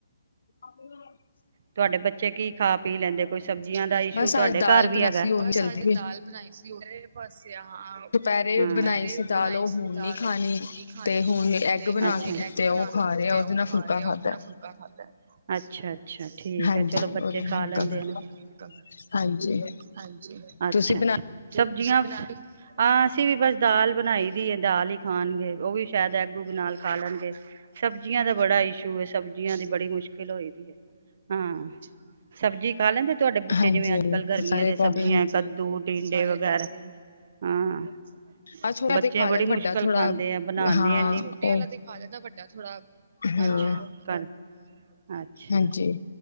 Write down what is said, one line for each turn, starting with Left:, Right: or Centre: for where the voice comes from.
Left: <unintelligible>
Right: ਤੁਹਾਡੇ ਬੱਚੇ ਕੀ ਖਾ ਪੀ ਲੈਂਦੇ, ਕੋਈ ਸਬਜ਼ੀਆਂ ਦਾ ਇਸ਼ੂ
Left: ਬਸ
Right: ਤੁਹਾਡੇ
Left: ਅੱਜ ਦਾਲ
Right: ਘਰ ਵੀ
Left: ਬਣਾਈ
Right: ਹੈਗਾ।
Left: ਸੀ ਉਹੀ
Right: ਬਸ
Left: ਚਲਦੀ
Right: ਅੱਜ
Left: ਪਈ
Right: ਦਾਲ ਬਣਾਈ ਸੀ ਉਹ ਬਸ ਹਾਂ
Left: ਦੁਪਹਿਰੇ
Right: ਦੁਪਹਿਰੇ
Left: ਬਣਾਈ ਸੀ ਦਾਲ
Right: ਬਣਾਈ
Left: ਉਹ
Right: ਸੀ
Left: ਹੁਣ
Right: ਦਾਲ
Left: ਨੀ
Right: ਉਹ
Left: ਖਾਣੀ।
Right: ਹੁਣ ਨੀ ਖਾਣੀ
Left: ਤੇ ਹੁਣ ਐਗ
Right: ਤੇ
Left: ਬਣਾ
Right: ਹੁਣ,
Left: ਕੇ ਦਿੱਤੇ
Right: ਬਣਾ
Left: ਉਹ
Right: ਕੇ,
Left: ਖਾ
Right: ਦਿੱਤੇ
Left: ਰਿਹਾ ਉਹਦੇ
Right: ਆ ਉਹ
Left: ਨਾਲ
Right: ਖਾ
Left: ਫੁਲਕਾ
Right: ਰਹੇ ਉਹਦੇ
Left: ਖਾਧਾ।
Right: ਨਾਲ ਫੁਲਕਾ ਖਾਧਾ, ਅੱਛਾ ਅੱਛਾ ਠੀਕ
Left: ਹਾਂਜੀ
Right: ਹੈ ਚਲੋ ਬੱਚੇ
Left: ਉਹਦੇ
Right: ਖਾ
Left: ਨਾਲ ਫੁਲਕਾ
Right: ਲੈਂਦੇ
Left: ਖਾਧਾ,
Right: ਆ ਨਾ ਫੁਲਕਾ।
Left: ਹਾਂਜੀ
Right: ਹਾਂਜੀ ਅੱਛਾ
Left: ਤੁਸੀਂ
Right: ਅੱਛਾ
Left: ਬਣਾ
Right: ਸਬਜ਼ੀਆਂ ਬਣਾ, ਹਾਂ ਅਸੀਂ ਵੀ ਬਸ ਦਾਲ ਬਣਾਈ ਦੀ ਏ ਦਾਲ ਹੀ ਖਾਣਗੇ ਉਹ ਵੀ ਸ਼ਾਇਦ ਐਗ ਉਗ ਨਾਲ ਖਾ ਲੈਣਗੇ। ਸਬਜ਼ੀਆਂ ਦਾ ਬੜਾ ਇਸ਼ੂ ਹੈ ਸਬਜ਼ੀਆਂ ਦੀ ਬੜੀ ਮੁਸ਼ਕਿਲ ਹੋਈ ਦੀ ਹੈ। ਹਮ ਸਬਜ਼ੀ ਖਾ ਲੈਂਦੇ ਤੁਹਾਡੇ ਬੱਚੇ
Left: ਹਾਂਜੀ
Right: ਜਿਵੇਂ ਅੱਜ ਕੱਲ੍ਹ ਗਰਮੀਆਂ
Left: ਸਾਰੇ
Right: ਦੀਆਂ ਸਬਜ਼ੀਆਂ,
Left: ਪਾਸੇ
Right: ਕੱਦੂ, ਟਿੰਡੇ ਵਗੈਰਾ ਹਾਂ।
Left: ਆ ਛੋਟਾ
Right: ਬੱਚੇ
Left: ਤੇ ਖਾ
Right: ਬੜੀ
Left: ਲੈਣ
Right: ਮੁਸ਼ਕਿਲ
Left: ਵੱਡਾ ਥੋੜਾ
Right: ਖਾਂਦੇ ਆ ਬਣਾਦੇ
Left: ਹਾਂ
Right: ਆ ਇਨੀ ਖਾਸ ਛੁੱਟੀ ਵਾਲਾ
Left: ਉਹ
Right: ਦਿਨ। ਹਾਲੇ ਤਾਂ ਵੱਡਾ ਥੋੜਾ
Left: ਹਮ
Right: ਅੱਛਾ ਕਰ ਅੱਛਾ
Left: ਹਾਂਜੀ